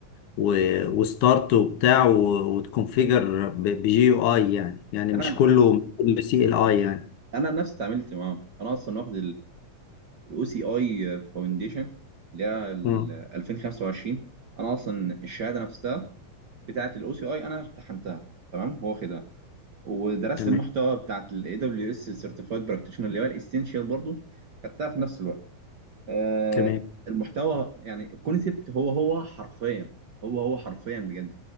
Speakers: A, on the left; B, on the right.
A: و- وستارت وبتاع و- وتكونفيجر ب- بجي او اي يعني يعني
B: انا
A: مش كله مش كله سي ال اي يعني
B: انا نفسي اتعاملت معاهم انا اصلا واخد الاو سي اي فاونديشن اللي هي ال
A: مم.
B: 2025 انا اصلا الشهاده نفسها بتاعه الاو سي اي انا امتحنتها تمام هو واخدها ودرست
A: تمام
B: المحتوى بتاعه الاي دبليو اس سيرتيفايد براكتيشنر اللي هو الاسينشال برضو خدتها في نفس الوقت آه،
A: تمام
B: المحتوى يعني الكونسيبت هو هو حرفيا هو هو حرفيا بجد